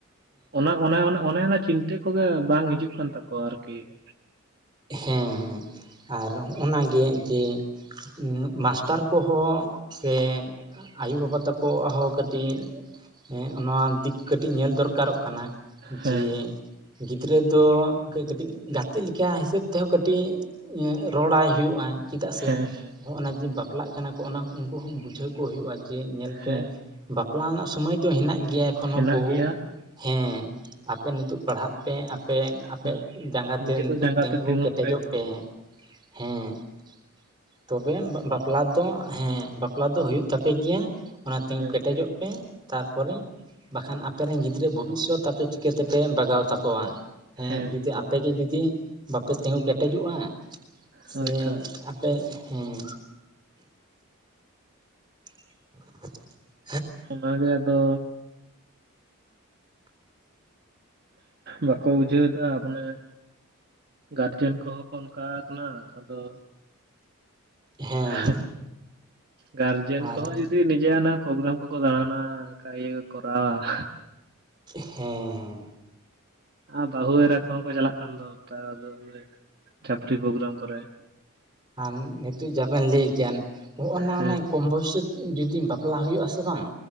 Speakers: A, on the right; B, on the right.
A: ᱚᱱᱟ ᱚᱱᱮ ᱚᱱᱟ ᱚᱱ ᱚᱱᱮ ᱚᱱᱟ ᱪᱤᱱ ᱤᱴᱟᱹ ᱠᱚᱜᱮ ᱵᱟᱝ ᱦᱤᱡᱩᱜ ᱠᱟᱱ ᱛᱟᱠᱚᱣᱟ ᱟᱨᱠᱤ ᱾
B: ᱦᱮᱸ ᱦᱮᱸ ᱟᱨ ᱦᱚᱜᱼᱱᱟ ᱜᱮ ᱡᱮ ᱩᱸᱜ, ᱢᱟᱥᱴᱟᱨ ᱠᱚᱦᱚᱸ ᱥᱮ ᱟᱭᱳ ᱵᱟᱵᱟ ᱛᱟᱠ ᱚᱣᱟᱜ ᱦᱚ ᱠᱟᱹᱴᱤᱡ ᱮᱸᱜ ᱱᱚᱣᱟ ᱫᱤᱠ ᱠᱟᱹᱴᱤᱜ ᱧᱮᱞ ᱫᱚᱨᱠᱟᱨᱚᱜ ᱠᱟᱱᱟ ᱾
A: ᱦᱮᱸ
B: ᱡᱮ ᱜᱤᱫᱽᱨᱟᱹ ᱫᱚ ᱠᱟᱹ ᱠᱟᱹᱴᱤᱡ ᱜᱟᱛᱮᱜ ᱞᱤᱠᱟᱭ ᱦᱤᱥᱟᱹᱵ ᱛᱮᱦᱚᱸ ᱠᱟᱹᱴᱤᱡ ᱨᱚᱲᱟᱭ ᱦᱩᱭᱩᱜᱼᱟ ᱾ ᱪᱤᱫᱟᱜ ᱥᱮ
A: ᱦᱮᱸ ᱦᱮᱸ
B: ᱦᱚᱸᱜᱼᱱᱟ ᱡᱮ ᱵᱟᱯᱞᱟᱜ ᱠᱟᱱᱟ ᱠᱚ ᱚᱱᱟ ᱩᱝᱠᱩ ᱦᱚᱸ ᱵᱩᱡᱷᱟᱹᱣ ᱠᱚ ᱦᱩᱭᱩᱜᱼᱟ, ᱡᱮ ᱧᱮᱞ ᱯᱮ
A: ᱦᱮᱸ
B: ᱵᱟᱯᱞᱟ ᱨᱮᱱᱟᱜ ᱥᱳᱢᱚᱭ ᱫᱚ ᱦᱮᱱᱟᱜ ᱜᱮᱭᱟ ᱮᱠᱷᱚᱱ
A: ᱦᱮᱱᱟᱜ
B: ᱦᱚᱸ ᱵᱩᱦᱩ
A: ᱜᱮᱭᱟ
B: ᱾ ᱦᱮᱸ, ᱟᱯᱮ ᱱᱤᱛᱚᱜ ᱯᱟᱲᱦᱟᱜ ᱯᱮ ᱟᱯᱮ ᱟᱯᱮᱭᱟᱜ
A: ᱦᱮᱸ
B: ᱡᱟᱸᱜᱟ
A: ᱱᱤᱡᱮ
B: ᱛᱮ ᱱᱤᱛᱚᱜ
A: ᱠᱚ ᱡᱟᱸᱜᱟ
B: ᱛᱤᱸᱜᱩ
A: ᱛᱮ ᱛᱤᱸᱜᱩᱱ
B: ᱠᱮᱴᱮᱡᱚᱜ ᱯᱮ ᱾ ᱦᱮᱸ ᱾ ᱛᱚᱵᱮ ᱵᱟᱯᱞᱟ ᱫᱚ ᱦᱮᱸ ᱵᱟᱯᱞᱟ ᱫᱚ ᱦᱩᱭᱩᱜ ᱛᱟᱯᱮ ᱜᱮᱭᱟ ᱾ ᱚᱱᱟ ᱛᱤᱸᱜᱩ
A: ᱦᱮᱸ
B: ᱠᱮᱴᱮᱡᱚᱜ ᱯᱮ ᱛᱟᱨᱯᱚᱨᱮ ᱵᱟᱠᱷᱟᱱ ᱟᱯ ᱟᱯᱮ ᱨᱮᱱ ᱜᱤᱫᱽᱨᱟᱹᱣᱟᱜ ᱵᱷᱚᱵᱤᱥᱥᱚᱛ ᱟᱯᱮ ᱪᱤᱠᱟᱹᱛᱮ ᱯᱮ ᱵᱟᱜᱟᱣ ᱛᱟᱠᱚᱣᱟ ᱾ ᱮᱸᱜ,
A: ᱦᱮᱸ
B: ᱡᱩᱫᱤ ᱟᱯᱮ ᱜᱮ ᱡᱩᱫᱤ ᱵᱟᱯᱮ ᱛᱤᱸᱜᱳ ᱠᱮᱴᱮᱡᱚᱜᱼᱟ <inaudible> ᱥᱮ
A: ᱦᱳᱭᱛᱚ
B: ᱟᱯᱮ, ᱦᱮᱸ <inaudible>
A: ᱚᱱᱟᱜᱮ ᱟᱫᱚ ᱵᱟᱠᱚ ᱵᱩᱡᱷᱟᱹᱣ ᱮᱫᱟ, ᱢᱟᱱᱮ ᱜᱟᱨᱡᱮᱱ ᱠᱚᱦᱚᱸ ᱠᱚ ᱚᱱᱠᱟᱣ ᱟᱠᱟᱱᱟ ᱾ ᱟᱫᱚ
B: ᱦᱮᱸ
A: <unintelligible> ᱜᱟᱨᱡᱮᱱ
B: ᱟᱨ
A: ᱠᱚᱦᱚᱸ ᱡᱩᱫᱤ ᱱᱤᱡᱮ ᱟᱱᱟ ᱯᱨᱳᱜᱨᱟᱢ ᱠᱚᱠᱚ ᱫᱟᱬᱟᱱᱟ ᱚᱱᱠᱟ ᱤᱭᱟᱹ ᱠᱚ ᱠᱚᱨᱟᱣᱟ ᱾
B: ᱦᱮᱸᱻ
A: ᱟᱨ ᱵᱟᱹᱦᱩ ᱮᱨᱟ ᱠᱚᱦᱚᱸ ᱠᱚ ᱪᱟᱞᱟᱜ ᱠᱟᱱ ᱫᱚ ᱱᱮᱛᱟᱨ ᱟᱫᱚ ᱚᱱᱮ ᱪᱷᱟᱯᱨᱤ ᱯᱨᱳᱜᱨᱟᱢ ᱠᱚᱨᱮ ᱾
B: ᱟᱱ ᱱᱤᱛᱚᱜ ᱡᱟᱵᱮᱱ ᱞᱟᱹᱭ ᱠᱮᱜ-ᱟ ᱦᱚᱜᱼᱱᱟ
A: ᱦᱮᱸ
B: ᱚᱱᱮ ᱠᱚᱢ ᱵᱚᱭᱥᱤ ᱨᱮ ᱡᱩᱫᱤ ᱵᱟᱯᱞᱟ ᱦᱩᱭᱩᱜ-ᱟ ᱥᱮ ᱵᱟᱝ